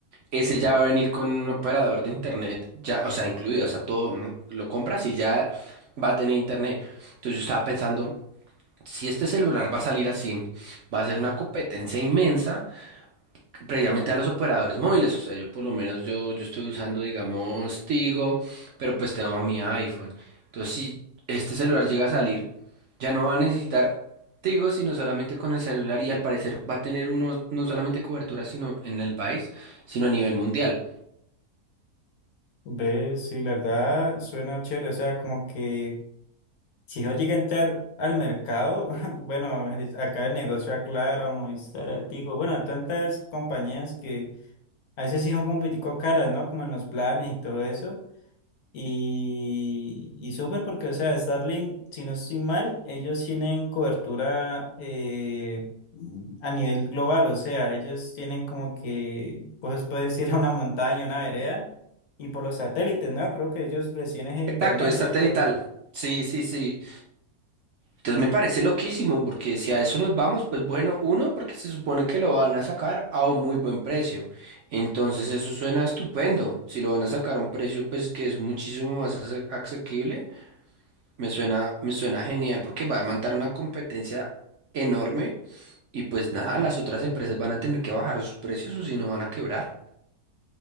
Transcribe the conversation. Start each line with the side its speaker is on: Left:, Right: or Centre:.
Right: ese ya va a venir con un operador de internet, ya, o sea, incluido, o sea, todo mm, lo compras y ya va a tener internet. Entonces yo estaba pensando, si este celular va a salir así, va a ser una competencia inmensa previamente a los operadores móviles, o sea, yo por lo menos yo, yo estoy usando, digamos, Tigo, pero pues tengo mi iPhone. Entonces, si este celular llega a salir, ya no va a necesitar Tigo, sino solamente con el celular y al parecer va a tener unos, no solamente cobertura, sino en el país, sino a nivel mundial.
Left: ve, sí, la verdad suena chévere. O sea, como que si yo llegué a entrar al mercado, <laughs> bueno, acá el negocio a Claro, a Movistar, a Tigo, bueno, a tantas compañías que A veces sí son como un poquitico caras, ¿no? Como en los planes y todo eso. Y, y súper porque, o sea, Starlink, si no estoy mal, ellos tienen cobertura eh, a nivel global, o sea, ellos tienen como que, pues puedes ir a una montaña, una vereda, y por los satélites, ¿no? Creo que ellos reciben ese internet,
Right: Exacto, es
Left: ¿cierto?
Right: satelital. Sí, sí, sí. Entonces me parece loquísimo, porque si a eso nos vamos, pues bueno, uno, porque se supone que lo van a sacar a un muy buen precio. Entonces eso suena estupendo. Si lo van a sacar a un precio, pues que es muchísimo más ase- asequible, me suena, me suena genial, porque va a montar una competencia enorme y pues nada, las otras empresas van a tener que bajar sus precios o si no van a quebrar.